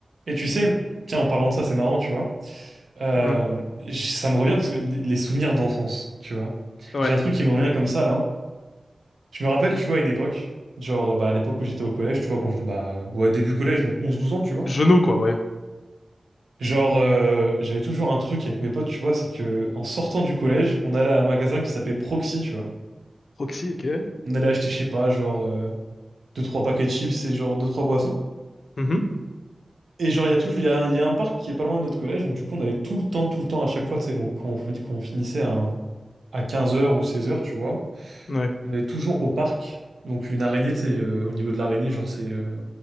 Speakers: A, on the right; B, on the left.
A: Et tu sais, tiens, en parlant de ça, c'est marrant, tu vois. Euh,
B: Hmm,
A: j- ça me revient parce que d- les souvenirs d'enfance, tu vois.
B: ouais.
A: J'ai un truc qui me revient comme ça, là. Je me rappelle, tu vois, à une époque, genre, euh, bah, à l'époque où j'étais au collège, tu vois, quand je, bah, ouais, début collège, donc onze douze ans, tu vois.
B: Genou, quoi, ouais.
A: Genre, euh, j'avais toujours un truc avec mes potes, tu vois, c'est que en sortant du collège, on allait à un magasin qui s'appelait Proxy, tu vois.
B: Proxy, ok.
A: On allait acheter, je sais pas, genre, euh, deux trois paquets de chips et genre deux trois boissons.
B: Mhm,
A: Et genre, il y a toujours, il y a, un il y a un parc qui est pas loin de notre collège, donc du coup, on allait tout le temps, tout le temps, à chaque fois, tu sais, qu'on- quand on, fin- quand on finissait à, à quinze heures ou seize heures tu vois,
B: ouais.
A: on allait toujours au parc. Donc, une araignée, tu sais, euh, au niveau de l'araignée, genre, c'est, euh,